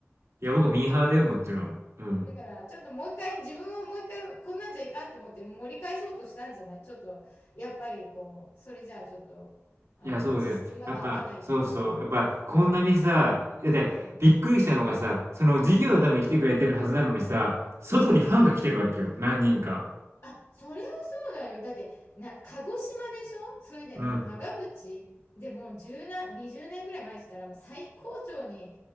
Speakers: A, on the right; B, on the left.
A: いや、僕はミーハーだよ、もちろん。うん。
B: だから、ちょっともう一回、自分はもう一回、こんなんじゃいかんと思って盛り返そうとしたんじゃないちょっと、やっぱりこう、それじゃあちょっと、あの、
A: いや、そうだよ。
B: 辻褄が合わないっていうんで。
A: やっぱ、そうそう。やっぱ、こんなにさ、だって、
B: うん、
A: びっくりしたのがさ、その授業のために来てくれてるはずなのにさ、
B: うん、
A: 外にファンが来てるわけよ。
B: うん。
A: 何人か。
B: あ、それはそうだよ。だって、な、鹿児島でしょそれでもう長渕でもう10な、
A: うん。だか
B: 20年ぐらい前って言ったら、もう最高潮に、